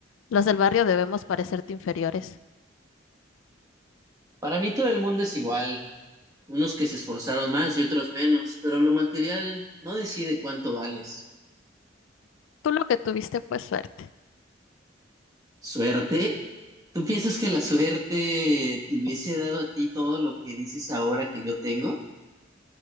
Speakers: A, on the left; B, on the right.
A: Los del barrio debemos parecerte inferiores.
B: Para mí todo el mundo es igual. Unos que se esforzaron más y otros menos, pero lo material no decide cuánto vales.
A: Tú lo que tuviste fue suerte.
B: ¿Suerte? ¿Tú piensas que la suerte te hubiese dado a ti todo lo que dices ahora que yo tengo?